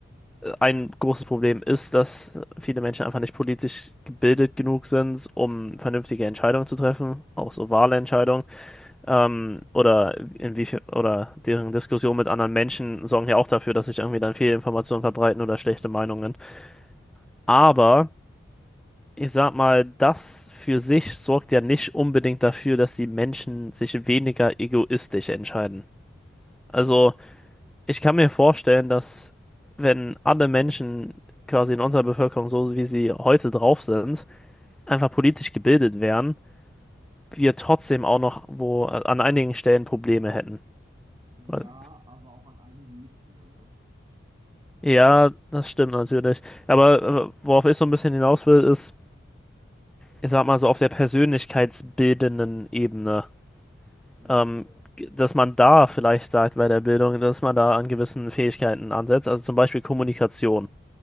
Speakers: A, in the centre; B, on the right (about 20°).
A: ein großes Problem ist, dass viele Menschen einfach nicht politisch gebildet genug sind, um vernünftige Entscheidungen zu treffen, auch so wahre Entscheidungen. Ähm, oder inwiefern, oder deren Diskussion mit anderen Menschen sorgen ja auch dafür, dass sich irgendwie dann Fehlinformationen verbreiten oder schlechte Meinungen. Aber ich sag mal, das für sich sorgt ja nicht unbedingt dafür, dass die Menschen sich weniger egoistisch entscheiden. Also, ich kann mir vorstellen, dass wenn alle Menschen quasi in unserer Bevölkerung so, wie sie heute drauf sind, einfach politisch gebildet wären, wir trotzdem auch noch wo äh, an einigen Stellen Probleme hätten.
B: Ja,
A: Weil-
B: aber auch an einigen nicht mehr, ne?
A: Ja, das stimmt natürlich. Aber äh, worauf ich so ein bisschen hinaus will, ist, ich sag mal so auf der persönlichkeitsbildenden Ebene.
B: Ja.
A: ähm, dass man da vielleicht sagt bei der Bildung, dass man da an gewissen Fähigkeiten ansetzt, also zum Beispiel Kommunikation.